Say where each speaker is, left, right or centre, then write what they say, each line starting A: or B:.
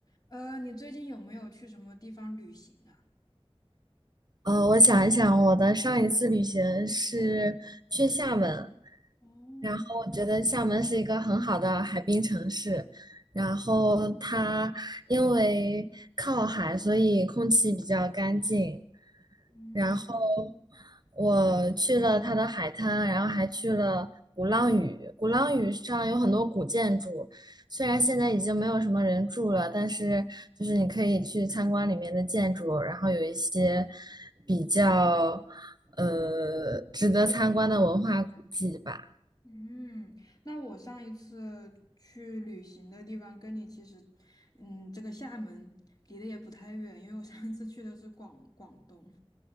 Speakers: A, on the left; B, on the right.
A: 呃，你最近有没有去什么地方旅行啊？
B: 呃，我想一想，我的上一次旅行是去厦门，
A: 哦，
B: 然后我觉得厦门是一个很好的海滨城市，然后它因为靠海，所以空气比较干净，
A: 嗯
B: 然后我去了它的海滩，然后还去了鼓浪屿。鼓浪屿上有很多古建筑，虽然现在已经没有什么人住了，但是就是你可以去参观里面的建筑，然后有一些比较呃值得参观的文化古迹吧。
A: 嗯，那我上一次去旅行的地方跟你其实，嗯，这个厦门离得也不太远，因为我上一次去的是广广东。